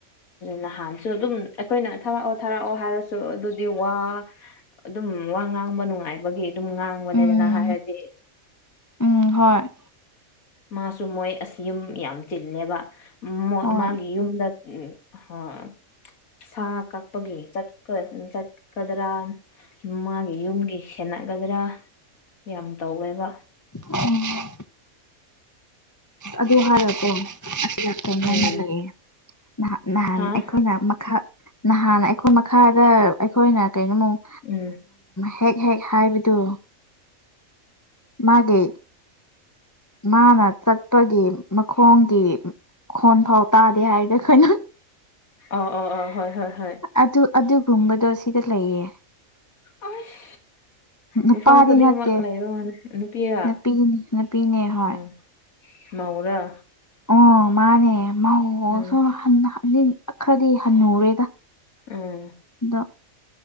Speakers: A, on the left; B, on the left.
A: ꯅꯍꯥꯟꯁꯨ ꯑꯗꯨꯝ ꯑꯩꯈꯣꯏꯅ ꯊꯥꯔꯛꯑꯣ ꯊꯥꯔꯛꯑꯣ ꯍꯥꯏꯔꯁꯨ ꯑꯗꯨꯗꯤ ꯋꯥ ꯑꯗꯨꯝ ꯋꯥ ꯉꯥꯡꯕ ꯅꯨꯡꯉꯥꯏꯕꯒꯤ ꯑꯗꯨꯝ ꯉꯥꯡꯕꯅꯦꯗꯅ
B: ꯎꯝ
A: ꯍꯥꯏꯔꯗꯤ
B: ꯎꯝ ꯍꯣꯏ
A: ꯃꯥꯁꯨ ꯃꯣꯏ ꯑꯁ ꯌꯨꯝ ꯌꯥꯝ ꯆꯤꯜꯂꯦꯕ ꯃꯣꯏ
B: ꯍꯣꯏ
A: ꯃꯥꯒꯤ ꯌꯨꯝꯗ ꯎꯝ ꯍꯣꯏ ꯁꯥ ꯀꯛꯄꯒꯤ ꯆꯠꯄ ꯆꯠꯀꯗ꯭ꯔꯥ ꯃꯥꯒꯤ ꯌꯨꯝꯒꯤ ꯁꯦꯟꯅꯒꯗ꯭ꯔꯥ ꯌꯥꯝ ꯇꯧꯋꯦꯕ
B: ꯎꯝ ꯑꯗꯨ ꯍꯥꯏꯔꯀꯣ ꯀꯩꯅꯣꯝꯃ
A: ꯎꯝ
B: ꯂꯩꯌꯦ ꯅꯍꯥꯟ ꯅꯍꯥꯟ
A: ꯍꯥ
B: ꯑꯩꯈꯣꯏꯅ ꯃꯈꯥ ꯅꯍꯥꯟ ꯑꯩꯈꯣꯏ ꯃꯈꯥꯗ ꯑꯩꯈꯣꯏꯅ ꯀꯩꯅꯣꯃꯨꯛ
A: ꯎꯝ
B: ꯍꯦꯛ ꯍꯦꯛ ꯍꯥꯏꯕꯗꯨ ꯃꯥꯒꯤ ꯃꯥꯅ ꯆꯠꯄꯒꯤ ꯃꯈꯣꯡꯒꯤ ꯈꯣꯟ ꯐꯥꯎ ꯇꯥꯗꯦ ꯍꯥꯏꯔꯗꯤ ꯑꯩꯈꯣꯏꯅ
A: ꯑꯥ ꯑ ꯑꯥ ꯍꯣꯏ ꯍꯣꯏ ꯍꯣꯏ
B: ꯑꯗꯨ ꯑꯗꯨꯒꯨꯝꯕꯗꯣ ꯁꯤꯗ ꯂꯩꯌꯦ
A: ꯑꯁ
B: ꯅꯨꯄꯥꯗꯤ
A: ꯃꯐꯝ ꯈꯨꯗꯤꯡꯃꯛ
B: ꯅꯠꯇꯦ
A: ꯂꯩꯌꯦ ꯅꯨꯄꯤꯒ
B: ꯅꯨꯄꯤꯅꯦ ꯅꯨꯄꯤꯅꯦ ꯍꯣꯏ
A: ꯎꯝ ꯃꯧꯔ
B: ꯑꯣ ꯃꯥꯅꯦ ꯃꯍꯧꯁꯨ
A: ꯎꯝ
B: <unintelligible> ꯈꯔꯗꯤ ꯍꯟꯅꯨꯔꯦꯗ
A: ꯎꯝ
B: ꯑꯗꯣ